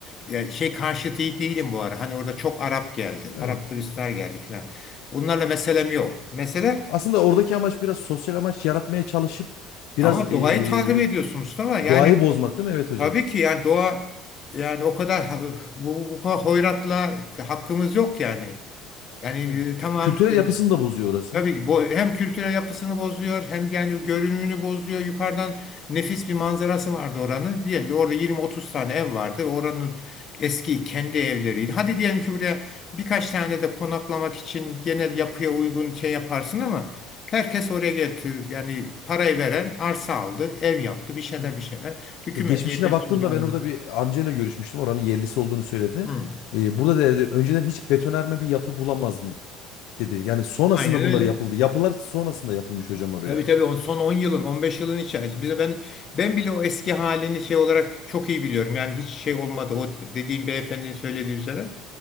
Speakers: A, on the left; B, on the left.
A: ya şey karşıtı değilim bu ara. Hani orada çok Arap geldi.
B: Evet.
A: Arap turistler geldi filan. Bunlarla meselem yok. Mesele
B: Aslında oradaki amaç biraz sosyal amaç yaratmaya çalışıp biraz
A: Ama doğayı
B: eee,
A: takip ediyorsun Mustafa. Yani
B: doğayı bozmak
A: o-
B: değil mi? Evet hocam.
A: tabii ki yani doğa yani o kadar ha- bu, bu kadar hoyratla hakkımız yok yani. Yani
B: Evet.
A: e, tamam
B: Kü- Kültürel
A: e,
B: yapısını da bozuyor orası.
A: Tabii ki bu hem kültürel yapısını bozuyor hem yani görünümünü bozuyor. Yukarıdan nefis bir manzarası vardı oranın. Diyelim ki orada 20-30 tane ev vardı. ve Oranın eski kendi evleriydi. Hadi diyelim ki buraya birkaç tane de konaklamak için yine yapıya uygun şey yaparsın ama herkes oraya getir. Yani parayı veren arsa aldı, ev yaptı, bir şeyler
B: Evet.
A: bir şeyler. Hükümetle
B: E, geçmişine
A: yeterince
B: baktığımda
A: müdahale
B: ben
A: edildi.
B: orada bir amcayla görüşmüştüm. Oranın yerlisi olduğunu söyledi.
A: Hı,
B: E, burada dedi önceden hiç betonarme bir yapı bulamazdın dedi. Yani sonrasında
A: Aynen öyle.
B: bunları yapıldı. Yapılar sonrasında yapılmış hocam oraya.
A: Tabii tabii on, son 10 yılın 15 yılın içerisinde. Bize ben ben bile o eski halini şey olarak çok iyi biliyorum. Yani hiç şey olmadı o dediğim beyefendinin söylediği üzere.